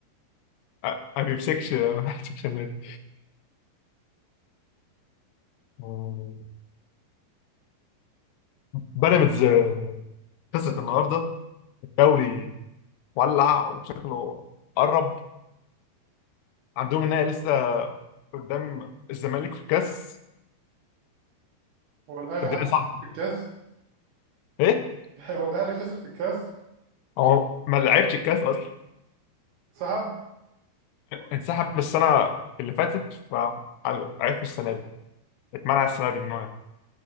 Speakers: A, on the left; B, on the right.
A: أ- ما بيمسكش ما بيمسكش النادي مم. بيراميدز آه، خسرت النهارده الدوري ولع وشكله قرب عندهم النهائي لسه قدام الزمالك في الكاس
B: هو الاهلي
A: الدنيا
B: حتى
A: صعبه
B: خسر في الكاس
A: ايه
B: <laughs> هو الاهلي خسر في الكاس
A: هو ما لعبش الكاس اصلا
B: انسحب
A: انسحب السنه اللي فاتت
B: اه
A: فعرف السنه دي اتمنع السنه دي من هنا